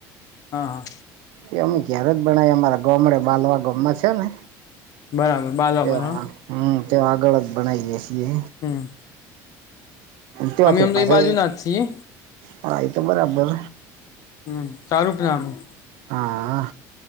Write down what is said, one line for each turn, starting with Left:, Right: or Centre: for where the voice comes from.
Left: હહ હહ
Right: એ અમે ઘેર જ બણાઈ અમારા ગોમડે બાલવા ગોમમાં છે ને.
Left: બરાબર બાલા
Right: તે
Left: બરા
Right: હમ તે આગળ જ બનાઈએ છીએ.
Left: હમ
Right: ત્યાંથી
Left: અમે ઓમ તો
Right: પાસે
Left: ઈ બાજુના જ છીએ.
Right: હા એ તો બરાબર.
Left: હમ સારું જ <inaudible>
Right: હા